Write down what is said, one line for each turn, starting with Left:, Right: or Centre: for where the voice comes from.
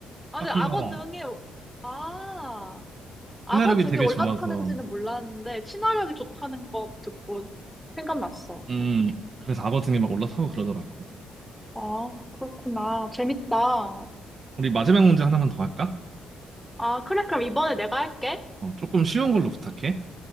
Centre: 아,
Right: 카피바라.
Centre: 근데 악어 등에, 아,
Right: 친화력이
Centre: 악어 등에
Right: 되게
Centre: 올라타는지는
Right: 좋아서
Centre: 몰랐는데, 친화력이 좋다는 거 듣고 생각났어.
Right: 음, 그래서 악어 등에 막 올라타고 그러더라고.
Centre: 아, 그렇구나. 재밌다.
Right: 우리 마지막 문제 하나만 더 할까?
Centre: 아, 그래. 그럼 이번에 내가 할게.
Right: 어, 조금 쉬운 걸로 부탁해.